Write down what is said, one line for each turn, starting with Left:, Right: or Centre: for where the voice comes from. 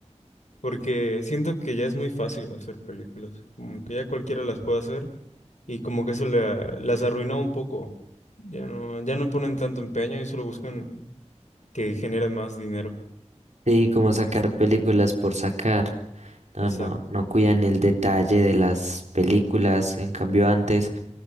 Left: Porque siento que ya es muy fácil hacer películas, como que ya cualquiera las puede hacer y como que eso la- las arruinó un poco. Ya no, ya no ponen tanto empeño y solo buscan que genere más dinero.
Right: Sí, como sacar
Left: Pues,
Right: películas por sacar. No,
Left: Exacto.
Right: no, no cuidan el detalle de las películas. En cambio, antes,